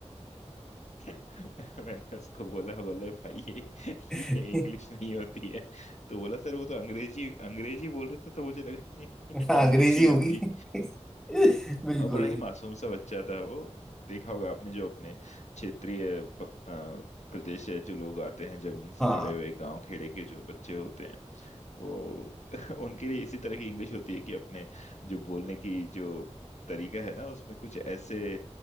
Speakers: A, on the left; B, in the centre.
A: <laughs> मैंने उसको बोला बोले भाई ये
B: <laughs>
A: ये इंग्लिश नहीं होती है तो बोला सर वो तो अंग्रेजी अंग्रेजी बोल रहे थे तो मुझे लगा <laughs> इंग्लिश
B: हाँ अंग्रेजी
A: ही
B: होगी
A: होगी
B: <laughs> बिल्कुल
A: और बड़ा
B: बिल्कुल
A: ही मासूम सा बच्चा था वो देखा होगा आपने जो अपने क्षेत्रीय ब- अ, प्रदेश है जो लोग आते हैं जमीन से
B: हाँ
A: जुड़े हुए गांव खेड़े के जो बच्चे होते हैं वो <laughs> उनके लिए इसी तरह की इंग्लिश होती है कि अपने जो बोलने की जो तरीका है ना उसमें कुछ ऐसे